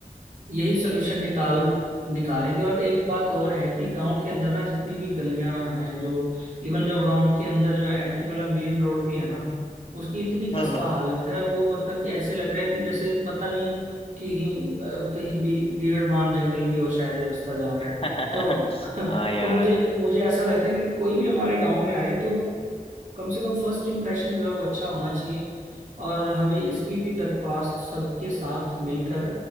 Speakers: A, on the right; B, on the left.
A: यही सोल्यूशन निकाल निकालेंगे और एक बात और है कि गांव के अंदर ना जितनी भी गलियां हैं जो इवन जो गांव के अंदर जो एंट्री वाला मेन रोड भी है ना उसकी इतनी खस्ता
B: हाँ हाँ
A: हालत है वो मतलब कि ऐसे लग रहा है कि जैसे पता नहीं कि अ, कहीं भी, भीड़बान जंगल की ओर शायद ये रास्ता जा रहा है
B: <laughs>
A: तो <laughs>
B: हाँ यार
A: तो मुझे मुझे ऐसा लगता है कि कोई भी हमारे गांव में आए तो कम से कम फर्स्ट इम्प्रेशन जो है वो अच्छा होना चाहिए और हमें इसकी भी दरख्वास्त सबके साथ मिलकर